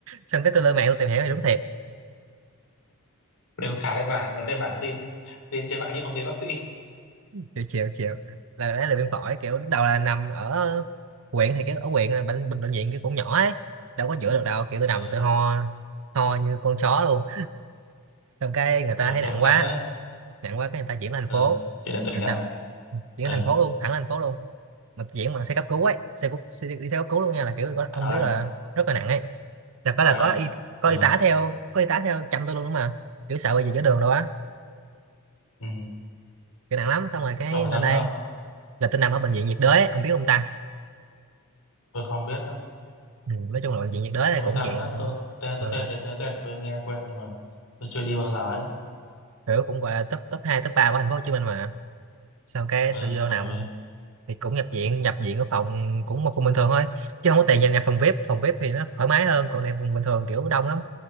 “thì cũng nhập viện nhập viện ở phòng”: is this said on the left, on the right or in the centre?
Right